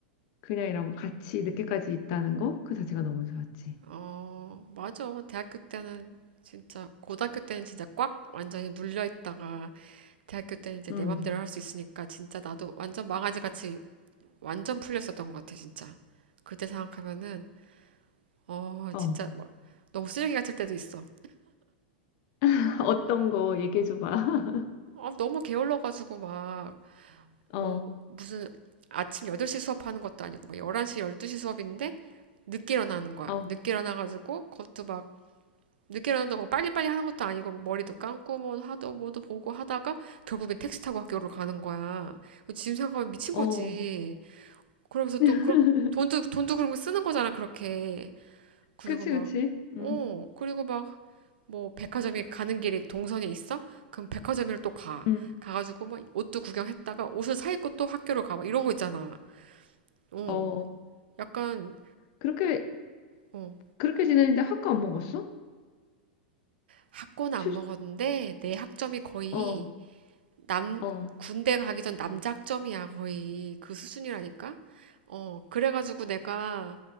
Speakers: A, on the left; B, on the right.
A: 그냥 이런 거 같이 늦게까지 있다는 거 그 자체가 너무 좋았지.
B: 어, 맞아. 대학교 때는 진짜, 고등학교 때는 진짜 꽉 완전히 눌려 있다가, 대학교 때는 이제
A: 음.
B: 내 맘대로 할 수 있으니까, 진짜 나도 완전 망아지 같이 완전 풀렸었던 것 같아, 진짜. 그때 생각하면은, 어,
A: 어.
B: 진짜 막, 너무 쓰레기 같을 때도 있어.
A: <laughs> 어떤
B: 어,
A: 거 얘기해 줘 봐. <laughs>
B: 아, 너무 게을러가지고 막,
A: 어.
B: 어, 무슨 아침 8시 수업하는 것도 아니고, 막 11시, 12시 수업인데, 늦게 일어나는 거야.
A: 어.
B: 늦게 일어나가지고, 그것도 막, 늦게 일어난다고 빨리빨리 하는 것도 아니고 뭐 머리도 감고 뭐 하도 뭐도 보고 하다가 결국엔 택시 타고 학교를 가는 거야. 지금 생각하면 미친
A: 어.
B: 거지. 그러면서 또
A: <laughs>
B: 그런 돈도 돈도 그런 거 쓰는 거잖아 그렇게. 그리고
A: 그치,
B: 막
A: 그치. 음.
B: 어, 그리고 막 뭐 백화점에 가는 길이 동선에 있어? 그럼 백화점을 또 가.
A: 음.
B: 가가지고 막 옷도 구경했다가 옷을 사 입고 또 학교로 가. 막 이런 거 있잖아. 어,
A: 어.
B: 약간
A: 그렇게
B: 어,
A: 그렇게 지내는데 학과 안 먹었어?
B: 학고는 안
A: 출
B: 먹었는데 내 학점이 거의
A: 어.
B: 남,
A: 어.
B: 군대 가기 전 남작점이야, 거의. 그 수준이라니까? 어, 그래가지고 내가